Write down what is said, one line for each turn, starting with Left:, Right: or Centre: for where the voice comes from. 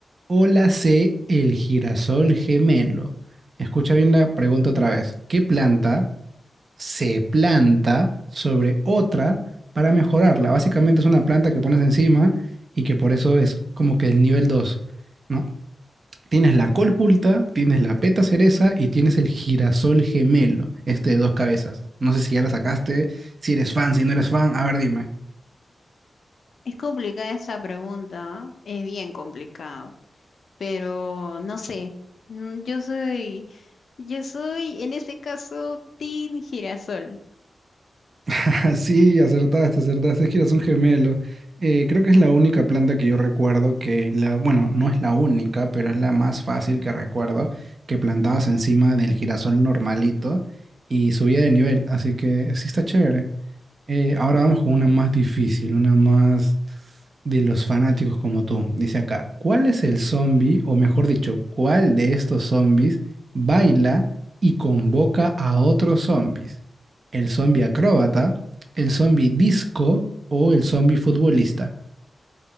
Right: O la C, el girasol gemelo. Escucha bien la pregunta otra vez. ¿Qué planta se planta sobre otra para mejorarla. Básicamente es una planta que pones encima y que por eso es como que el nivel dos ¿no? Tienes la colpulta, tienes la peta cereza y tienes el girasol gemelo, este de dos cabezas. No sé si ya la sacaste, si eres fan, si no eres fan, a ver, dime.
Left: Es complicada esa pregunta, ¿ah? es bien complicado, pero no sé, mm, yo soy, yo soy en este caso Team Girasol.
Right: <laughs> Sí, acertaste, acertaste. Es que eras un gemelo. Eh, creo que es la única planta que yo recuerdo que la, bueno, no es la única, pero es la más fácil que recuerdo que plantabas encima del girasol normalito y subía de nivel. Así que sí está chévere. Eh, ahora vamos con una más difícil, una más de los fanáticos como tú. Dice acá, ¿cuál es el zombie, o mejor dicho, cuál de estos zombies baila y convoca a otros zombies? ¿El zombie acróbata, el zombie disco o el zombie futbolista?